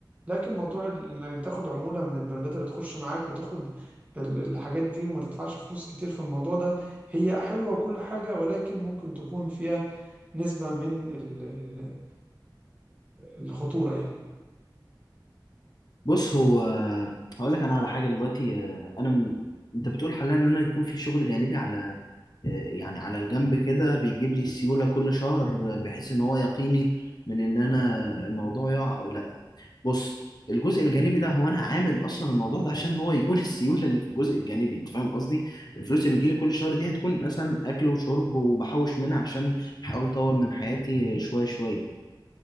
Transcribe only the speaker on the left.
بص هو هقول لك انا على حاجه دلوقتي آه، انا م... انت بتقول حاليا ان انا يكون في شغل جانبي على آه، يعني على الجنب كده بيجيب لي سيوله كل شهر آه، بحيث ان هو يقيني من ان انا الموضوع يقع او لا بص الجزء الجانبي ده هو انا عامل اصلا الموضوع ده عشان هو يكون <laughs> السيوله اللي في الجزء الجانبي انت فاهم قصدي الفلوس اللي بيجي لي كل شهر دي هتكون مثلا اكل وشرب وبحوش منها عشان احاول اطور من حياتي آه، شويه شويه